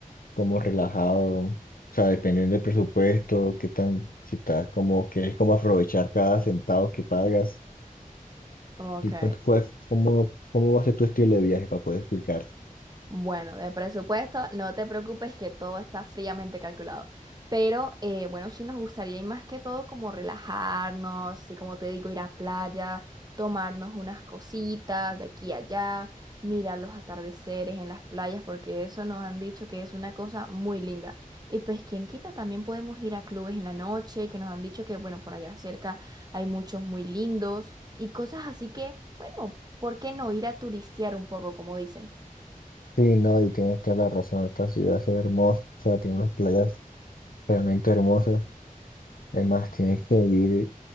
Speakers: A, on the left; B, on the right.
A: como relajado, o sea, dependiendo del presupuesto, qué tan, si estás como, quieres como aprovechar cada centavo que pagas,
B: Ok.
A: y pues, pues, cómo, cómo va a ser tu estilo de viaje para poder explicarte.
B: Bueno, de presupuesto, no te preocupes que todo está fríamente calculado. Pero eh, bueno, sí nos gustaría y más que todo como relajarnos, y como te digo, ir a playa, tomarnos unas cositas de aquí a allá, mirar los atardeceres en las playas, porque eso nos han dicho que es una cosa muy linda. Y pues quien quita, también podemos ir a clubes en la noche, que nos han dicho que bueno, por allá cerca hay muchos muy lindos y cosas así que, bueno, ¿por qué no ir a turistear un poco, como dicen?
A: Sí, no, y tienes toda la razón, esta ciudad es hermosa, tiene unas playas realmente hermosas, además tienes que ir,